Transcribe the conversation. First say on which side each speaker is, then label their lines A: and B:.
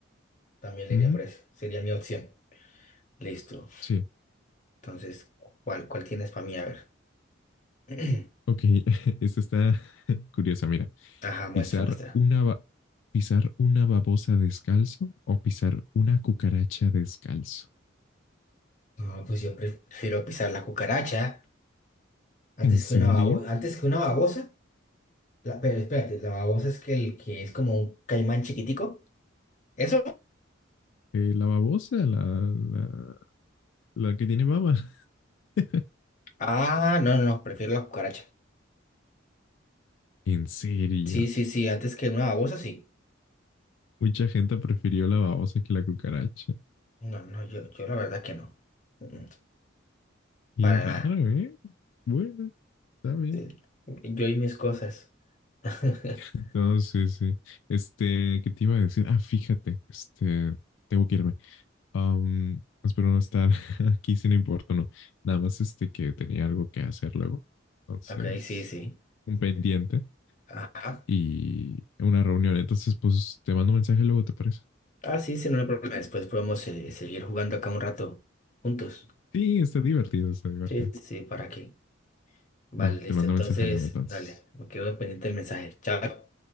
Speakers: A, on the left; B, on the left.
A: También le
B: Ujú,
A: iría por eso. Sería mi opción. Listo.
B: Sí,
A: Entonces, ¿cuál, cuál tienes para mí? A ver. <clears throat>
B: ok, <laughs> esta está <laughs> curiosa, mira.
A: Ajá, muestra,
B: ¿Pisar
A: muestra.
B: una, pisar una babosa descalzo o pisar una cucaracha descalzo?
A: No, pues yo prefiero pisar la cucaracha antes
B: ¿En serio?
A: que una babosa. Antes que una babosa. La- pero espérate, la babosa es que el que es como un caimán chiquitico. ¿Eso?
B: Eh, la babosa, la, la, la que tiene baba. <laughs>
A: Ah, no, no, no, prefiero la cucaracha.
B: ¿En serio?
A: Sí, sí, sí, antes que una babosa, sí.
B: Mucha gente prefirió la babosa que la cucaracha.
A: No, no, yo, yo la verdad que no. Mm,
B: Y
A: Para
B: raro,
A: nada.
B: ¿eh? Bueno, está bien.
A: Eh, Yo y mis cosas. <laughs>
B: Entonces, sí. Este, ¿qué te iba a decir? Ah, fíjate, este, tengo que irme. Am, espero no estar <laughs> aquí sin importuno. Nada más este que tenía algo que hacer luego. Entonces,
A: Ok, sí, sí.
B: un pendiente
A: Ajá.
B: y una reunión. Entonces, pues te mando un mensaje luego, ¿te parece?
A: Ah, sí, sí, no hay problema. Después podemos eh, seguir jugando acá un rato juntos.
B: Sí, está divertido, está divertido.
A: Sí, sí, sí, ¿para qué? Vale,
B: Va,
A: listo.
B: te mando
A: Entonces,
B: un mensaje luego entonces.
A: dale, me quedo pendiente del mensaje. Chao.